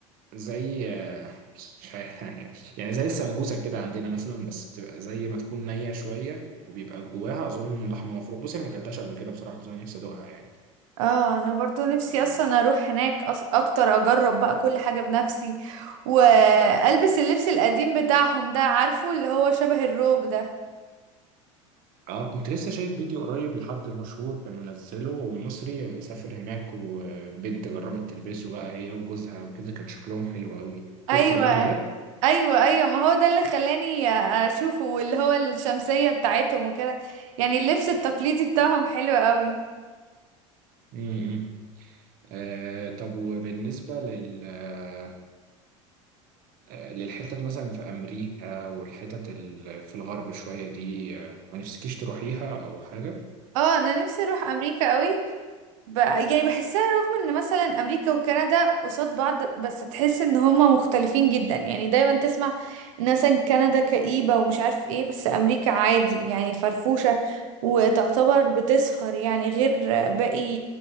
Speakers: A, on the right; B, on the right.
A: زي آه، مش عارف <laughs> يعني زي السمبوسة كده عندنا مثلا بس بتبقى زي ما تكون نية شوية وبيبقى جواها أظن لحمة مفرومة بصي أنا ما أكلتهاش قبل كده بصراحة بس أنا نفسي أدوقها
B: اه انا برضو نفسي
A: يعني
B: اصلا اروح هناك أص... اكتر اجرب بقى كل حاجة بنفسي والبس اللبس القديم بتاعهم ده عارفه اللي هو شبه الروب ده
A: اه كنت لسه شايف فيديو قريب لحد مشهور كان منزله مصري سافر هناك وبنت جربت تلبسه بقى هي وجوزها وكده كان شكلهم حلو قوي
B: ايوه
A: شفت الفيديو ده؟
B: ايوه ايوه ما هو ده اللي خلاني اشوفه واللي هو الشمسية بتاعتهم وكده يعني اللبس التقليدي بتاعهم حلو قوي
A: امم آه طب وبالنسبة لل آه للحتت مثلا في أمريكا والحتت ال- في الغرب شوية دي آه، ما نفسكيش تروحيها أو حاجة؟
B: اه انا نفسي اروح امريكا قوي ب... يعني بحسها رغم ان مثلا امريكا وكندا قصاد بعض بس تحس ان هما مختلفين جدا يعني دايما تسمع ان مثلا كندا كئيبة ومش عارف ايه بس امريكا عادي يعني فرفوشة وتعتبر بتسهر يعني غير باقي